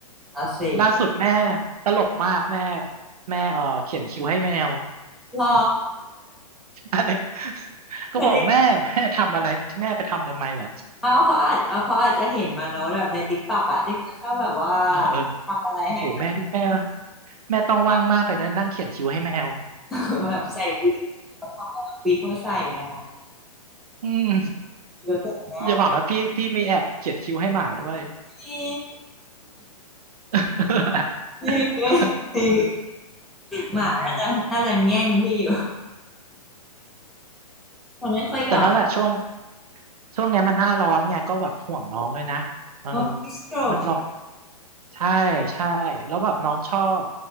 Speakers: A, in the centre; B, on the right (about 70°).
A: เอาสิ
B: ล่าสุดแม่ตลกมากแม่แม่เออเขียนคิ้วให้แมว
A: หรอ
B: <laughs>
A: เหมือนใน
B: ก็บอกแม่แม่ทำอะไรแม่ไปทำทำไมน่ย
A: เอาเขาอาจเอาเขาอาจจะเห็นมาเนอะแบบในติ๊กต็อกอะที่เขาชอบแบบว่า
B: เออ
A: ทำอะไรให้แบบ
B: โอ้โหแม่ดูแม่ว่ะแม่ต้องว่างมากเลยนะนั่งเขียนคิวให้แมว
A: <laughs> แบบใส่วิกเขาทำเอาวิกมาใส่กันเนาะ
B: <laughs> อืม
A: คิวเตอร์
B: อย่าบอกนะพี่พี่มีแอบเขียนคิวให้หมาด้วย
A: พี
B: <laughs>
A: ่มี่ <laughs> พี
B: เอออืม
A: หมาน่าจะน่าจะแง่งพี่อยู่มันไม่ค่อยยอม
B: แต่นั่นแหละช่วงช่วงเนี้ยมันหน้าร้อนไงก็แบบห่วงน้องเลยนะเออ
A: โอ้ยสโตรก
B: มันหรอกใช่ใช่แล้วแบบน้องชอบ